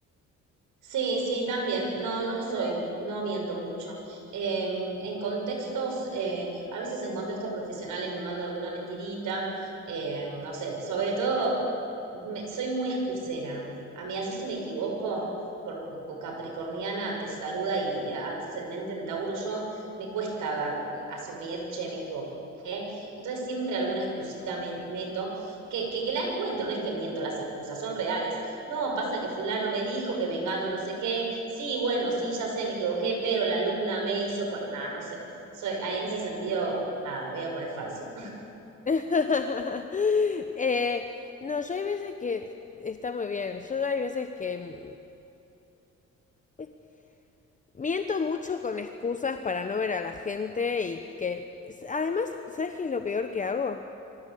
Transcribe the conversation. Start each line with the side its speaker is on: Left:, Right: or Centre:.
Right: Sí, sí, también. No, no soy, no miento mucho. Eh, en contextos, eh, a veces en contextos profesionales me mando alguna mentirita, eh, no sé, sobre todo me- soy muy excusera. A mí, yo si me equivoco, por por capricorniana, testaruda y ascendente en Tauro, yo me cuesta dar, asumir, che, me equivoqué. Entonces siempre alguna excusita me meto, que, que, que la encuentro, no es que miento las excusas, son reales. No, pasa que fulano me dijo que me engano no sé qué. Sí, bueno, sí, ya sé, me equivoqué, pero la alumna me hizo poner... no sé. Soy, ah, en ese sentido, nada, voy a poner falso.
Left: <laughs> Eh, no, yo hay veces que está muy bien. Yo hay veces que... Es Miento mucho con excusas para no ver a la gente y que... Además, ¿sabes qué es lo peor que hago?